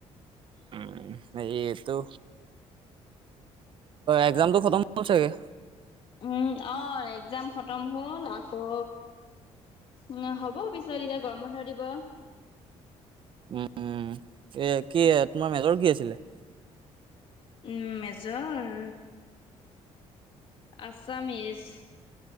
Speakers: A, on the right (about 45°); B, on the left (about 50°).
A: উম, এয়েটো। একজামটো খতম হল চাগে?
B: উম, অহ একজাম খতম হ'ল আকৌ উম, হ'ব পিছত এতিয়া গৰম বন্ধ দিব।
A: উম, এ কি তোমাৰ মেজৰ কি আছিলে?
B: উম, মেজৰ আছামিছ।